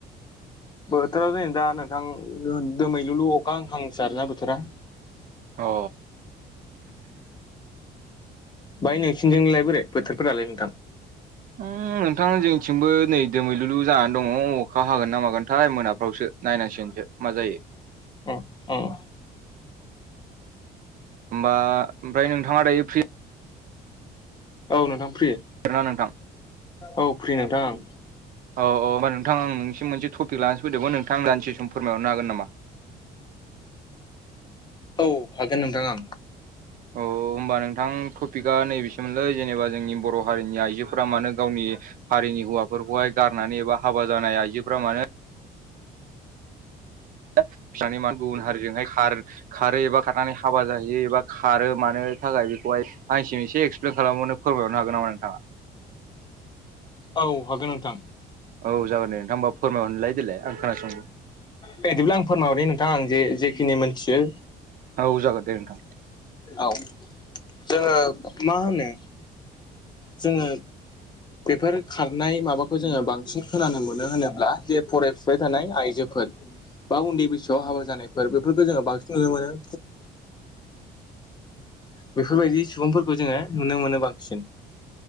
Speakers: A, on the left (about 25°); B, on the right (about 55°).
A: बोथोर नै दा नोंथां दोमैलुलु अखा हाहां हाहांसो जादोना बोथोरा
B: अ
A: बाय नोंसिनिजोंलाय बोरै बोथोरफोरालाय नोंथां?
B: उम नोंथां जोंथिंबो नै दोमैलुलु जानानै दङ अखा हागोन ना मागोनथाय मोनाफ्रावसो? नायनांसिगोनसो मा जायो।
A: उम उम।
B: उमबा ओमफ्राय नोंथाङा दायो फ्रि
A: औ नोंथां फ्रि।
B: ना नोंथां।
A: औ फ्रि नोंथां आं।
B: औ औ ओमबा नोंथां आं नोंनिसिम मोनसे थपिक लानोसो फैदोंमोन। नोंथां आंनो दानदिसे सम फोरायहरनो हागोन नामा?
A: औ हागोन नोंथां आं।
B: औ होमबा नोंथां थपिकआ नैबेसोमोनलै जेनेबा जोंनि बर' हारिनि आइजोफ्रा मानो गावनि हारिनि हौवाफोरखौहाय गारनानै एबा हाबा जानाय आइजोफ्रा मानो दा फिसानि मान गुबुन हारिजोंहाय खार खारो एबा खारनानै हाबा जाहैयो एबा खारो मानो थाखाय बेखौहाय आंसिम एसे एक्सप्लेन खालामबावना फोरमायहरनो हागोन नामा नोंथाङा?
A: औ हागोन नोंथां
B: औ जागोन दे नोंथां होनबा फोरमायहरनिलाय देलाय आं खोनासंनि
A: बिदिब्ला आं फोरमायरदों नोंथाङा आं जे जेखिनि मोनथियो।
B: औ औ जागोन दे नोंथां
A: औ जोङो मा होनो जोङो बेफोर खारनाय माबाखौ जोङो बांसिन खोनानो मोनो होनोब्ला जे फरायफुबाय थानाय आइजोफोर बा उन्दै बैसोआव हाबा जानायफोर बेफोरखौ जोङो बांसिन नुनो मोनो। बेफोरबायदि सुबुंफोरखौ जोङो नुनो मोनो बांसिन